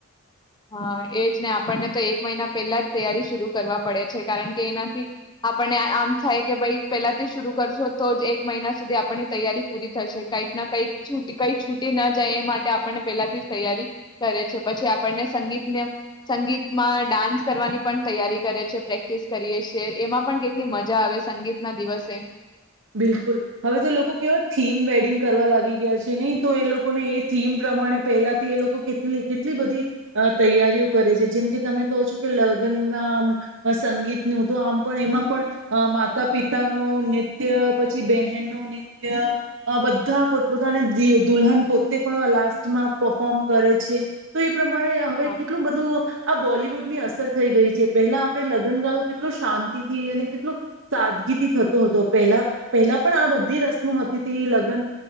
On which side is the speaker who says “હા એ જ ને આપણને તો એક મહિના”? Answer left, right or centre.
Left